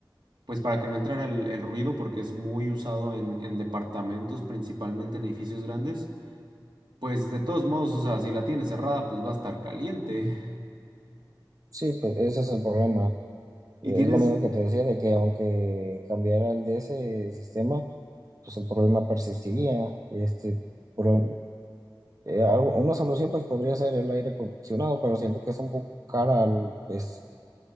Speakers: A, on the right (about 70°); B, on the right (about 45°).
A: pues para que no entrara el, el ruido, porque es muy usado en, en departamentos, principalmente en edificios grandes, pues de todos modos, o sea, si la tienes cerrada, pues va a estar caliente. <laughs>
B: Sí, pues ese es el problema.
A: Y
B: Es
A: tienes
B: lo mismo que te decía de que aunque cambiara el de ese sistema, pues el problema persistiría. Este, pro- eh, algo- una solución pues podría ser el aire acondicionado, pero siento que es un poco cara al, pues,